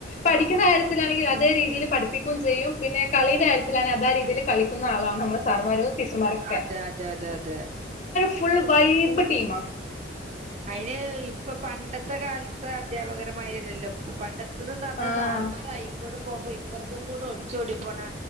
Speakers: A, on the left; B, on the right.
A: പഠിക്കുന്ന കാര്യത്തിലാണെങ്കിൽ അതേ രീതിയിൽ പഠിപ്പിക്കും ചെയ്യും പിന്നെ കളീന്റെ കാര്യത്തില് അതെ രീതിയിൽ കളിക്കുന്ന ആളാണ് നമ്മൾ സാർമാരും ടീച്ചർമാരൊക്കെ
B: അതെ അതെ അതെ അതെ
A: ഫുള്ള് വൈബ് ടീമാ
B: അയിന് ഇപ്പൊ പണ്ടത്തെ കാലത്തെ അദ്ധ്യാപകരമാരില്ലല്ലോ പണ്ടത്തത് ന്ന് പറഞ്ഞാൽ
A: ആഹ്
B: സാറമാരായി പോകുമ്പോ ഇപ്പറ്ത്ത് കൂടെ ഒളിച്ച് ഓടി പോണ